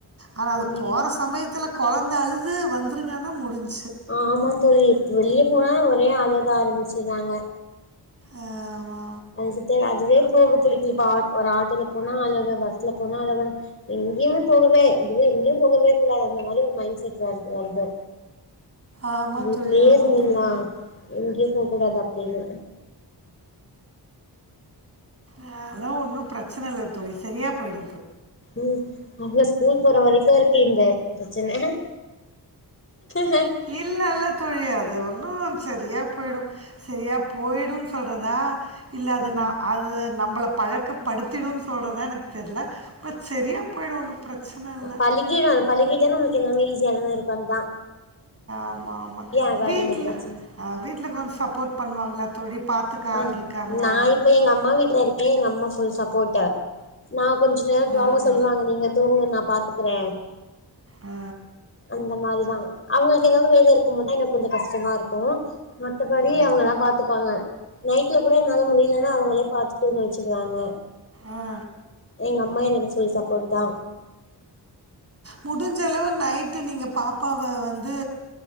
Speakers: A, on the right (about 35°); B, on the left (about 30°).
A: ஆனா அது
B: ம்
A: போற சமயத்துல கொழந்த அழுது வந்துருங்கனா முடிஞ்
B: ஆமா தோழி இப்ப வெளிய போனா ஒரே அழக ஆரம்பிச்றாங்க
A: ஆஹ மா
B: அதுக்குதே அதுவே போக புடிக் இப்ப ஆட் ஒரு ஆட்டோல போனா அழக பஸ்ல போனா அழக எங்கைமே போகவே இதுவே எங்கைமே போக <unintelligible> அந்த மாரி ஒரு மைண்ட் செட் வருத் வருது
A: ஆமாம்
B: வீட்லேயே
A: தோழி ஆமாம்
B: இருந்துர்லா
A: தோழி
B: எங்கையு போக கூடாது அப்டினு
A: அ அதலா ஒன்னு பிரச்சன இல்ல தோழி செரியா போய்டு
B: ம் <unintelligible> ஸ்கூல் போற வரைக்கு இருக்கு இந்த பிரச்சன ஹ
A: இல்ல இல்ல தோழி அது ஒன்னு செரியா போயிடு செரியா போயிடுனு சொல்றதா இல்ல அது
B: ம்
A: நா அது நம்பள பழக்கப்படுத்திடு சொல்கிறதா எனக்கு தெர்ல பட் சரியா போயிடும் ஒன்னும் பிரச்சன இல்ல.
B: பழகிடு பழகிட்டா நமக்கு எல்லாமே ஈஸியாத இருக்குந்தா
A: ஆமா ஆமா
B: ஆகாது
A: வீட்ல
B: இந்த பிரச்சன
A: அ வீட்ல கொஞ்சோ சப்போட் பண்ணுவாங்களா தோழி பாத்துக்க ஆள்
B: ஆஹ்
A: இருக்காங்களா?
B: நா இப்ப எங்க அம்மா வீட்ல இருக்கே எங்க அம்மா ஃபுல் சப்போட்டு நா கொஞ்ச நேரோ
A: அ,
B: துவங்க
A: அ,
B: சொல்லுவாங்க நீங்க தூங்கு நா பாத்துக்றே
A: ஆ.
B: அந்த மாரிதா அவங்களுக்கு ஏதாவது வேல இருக்கும் போதுத எனக்கு கொஞ்சோ கஷ்டமா இருக்கு மத்தபடி
A: ஆமாமா.
B: அவங்கல்லா பாத்துப்பாங்க நைட்ல கூட என்னால முடியலன்னா அவங்களே பாத்து தூங்க வச்சுடுவாங்க
A: ஆ.
B: எங்க அம்மா எனக்கு ஃபுல் சப்போட் தா
A: முடுஞ்சளவு நைட்டு நீங்க பாப்பாவ வந்து